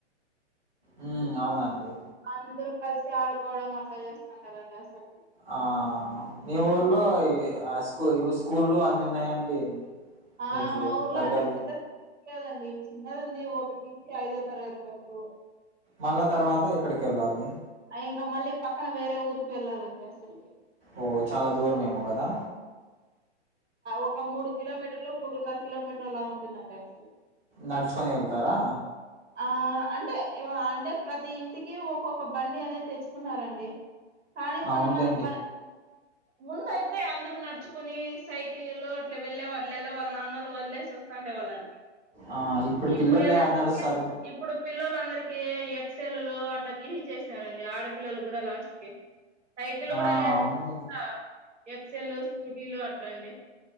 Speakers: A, on the right; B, on the right.
A: ఉమ్మ్ అవునండి
B: అందరు కలిసి ఆడుకోవడం అట్లా చేస్తాంటరండి అసలకి
A: ఆ మీ ఊర్లో ఆ స్కూ స్కూలు అన్ని ఉన్నాయండి
B: ఆ
A: మీకు
B: మా ఊర్లో
A: దగ్గరలో
B: అంటే పెద్ద లేదండి చిన్నది ఉంది ఒకటి నుంచి ఐదో తరగతి వరకు
A: మళ్ళా తర్వాత ఎక్కడికి వెళ్ళాలి
B: ఇంకా మళ్ళీ పక్కన వేరే ఊరికి వెళ్ళాలండి అసలుకి
A: ఓ చాలా దూరమేమో కదా
B: ఒక మూడు కిలోమీటర్లు మూడున్నర కిలోమీటర్ అలా ఉంటుందండి అసలు
A: నడుచుకొని వెళ్తారా
B: ఆ అంటే అంటే ప్రతి ఇంటికి ఒక్కొక్క బండి అనేది తెచ్చుకున్నారండి కానీ కొంతమంది
A: అవునులేండి
B: ప ముందు అయితే అందరు నడుచుకుని సైకిల్లో అట్లా వెళ్ళేవాళ్ళు లేదా వాళ్ళ నాన్నోలు వదిలేసి వస్తాండే వాళ్ళండి
A: ఆ
B: ఇప్పుడు
A: పిల్లలు
B: ఎలా
A: యాడ
B: అంటే
A: నడుస్తారు
B: ఇప్పుడు పిల్లలందరికి ఎక్సెల్లులు అట్లా తీసిచ్చేసినారండి ఆడపిల్లలు కూడా లాస్ట్‌కి సైకిల్
A: ఆ
B: కూడా లే <inaudible>
A: అవునులేండి
B: ద ఎక్సెల్లు స్కూటీలు అట్లా అండి